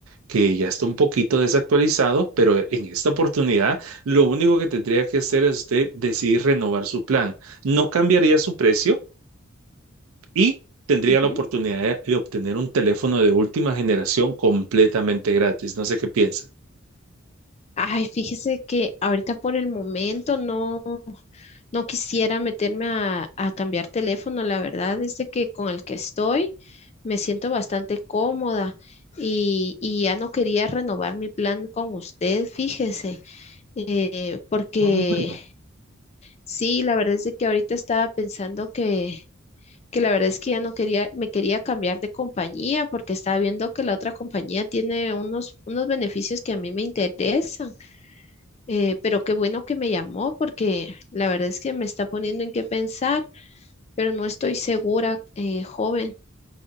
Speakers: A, on the right; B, on the left.
A: que ya está un poquito desactualizado, pero en esta oportunidad lo único que tendría que hacer es usted decidir renovar su plan. No cambiaría su precio y tendría
B: Ujú.
A: la oportunidad de, de obtener un teléfono de última generación completamente gratis. No sé qué piensa.
B: Ay, fíjese que ahorita por el momento no, no quisiera meterme a, a cambiar teléfono. La verdad es de que con el que estoy me siento bastante cómoda y, y ya no quería renovar mi plan con usted, fíjese, Eh, porque
A: Ah, bueno,
B: sí, la verdad es de que ahorita estaba pensando que que la verdad es que ya no quería, me quería cambiar de compañía porque estaba viendo que la otra compañía tiene unos, unos beneficios que a mí me interesan. Eh, pero qué bueno que me llamó porque la verdad es que me está poniendo en qué pensar, pero no estoy segura, eh, joven.